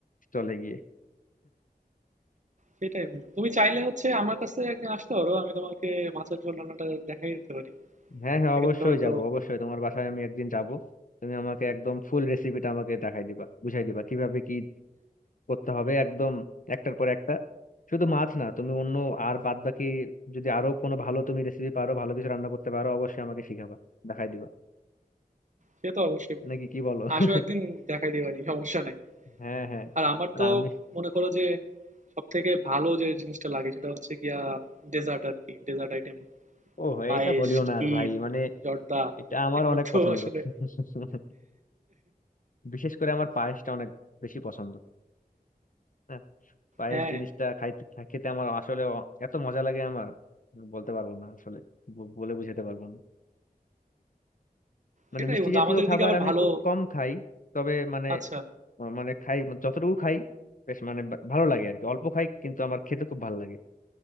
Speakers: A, on the left; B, on the right.
A: চলে গিয়ে
B: সেটাই বন্ধু। তুমি চাইলে হচ্ছে আমার কাছে একদিন আসতে পারো আমি তোমাকে মাছের ঝোল রান্নাটা দেখাই দিতে পারি
A: হ্যাঁ হ্যাঁ
B: সেক্ষেত্রে
A: অবশ্যই
B: হয়তো
A: যাব অবশ্যই তোমার বাসায় আমি একদিন যাব তুমি আমাকে একদম ফুল রেসিপিটা আমাকে দেখাই দিবা বুঝাই দিবা কিভাবে কি করতে হবে একদম একটার পর একটা শুধু মাছ না তুমি অন্য আর বাদ বাকি যদি আরো কোনো ভালো তুমি রেসিপি পারো ভালো কিছু রান্না করতে পারো অবশ্যই আমাকে শিখাবা দেখাই দিবা
B: সে তো অবশ্যই
A: নাকি কি বলো <laughs>
B: আসো একদিন দেখাই দিবানি সমস্যা নাই
A: হ্যাঁ হ্যাঁ
B: আর আমার
A: আর
B: তো
A: আমি
B: মনে করো যে সবথেকে ভালো যে জিনিসটা লাগে সেটা হচ্ছে গিয়া ডেজার্ট আর কি ডেজার্ট আইটেম
A: ও
B: পায়েস
A: এটা বলিও না
B: ক্ষীর
A: আর ভাই মানে
B: জর্দা
A: এটা আমার
B: এগুলো
A: অনেক
B: তো
A: পছন্দ
B: আসলে
A: <laughs> বিশেষ করে আমার পায়েসটা অনেক বেশি পছন্দ হ্যাঁ পায়েস
B: হ্যাঁ
A: জিনিসটা খাইতে খেতে আমার আসলে অ- এত মজা লাগে আমার বলতে পারবো না আসলে ব- বলে বুঝাতে পারবো না মানে
B: সেটাই
A: মিষ্টি
B: বন্ধু
A: জাতীয়
B: আমাদের এদিকে
A: খাবার
B: আবার
A: আমি
B: ভালো
A: খুব কম খাই তবে মানে
B: আচ্ছা
A: আহ মানে খাই যতটুকু খাই বেশ মানে বা- ভালো লাগে আর কি অল্প খাই কিন্তু আমার খেতে খুব ভালো লাগে